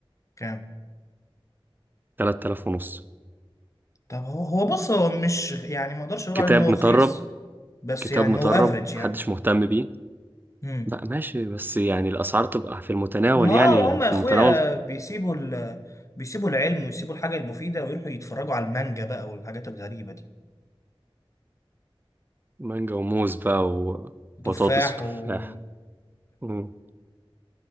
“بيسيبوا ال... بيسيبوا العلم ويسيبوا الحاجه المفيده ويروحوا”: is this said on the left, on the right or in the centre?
Left